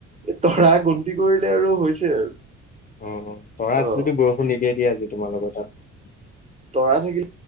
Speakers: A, on the right (about 20°); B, on the left (about 30°).
A: এই তৰা গন্তি কৰিলে আৰু হৈছে আৰু।
B: অ', তৰা আছে
A: অ
B: যদি বৰষুণ নিদিয়ে দিয়া আজি তোমাৰ লগৰ তাত।
A: তৰা থাকিলে।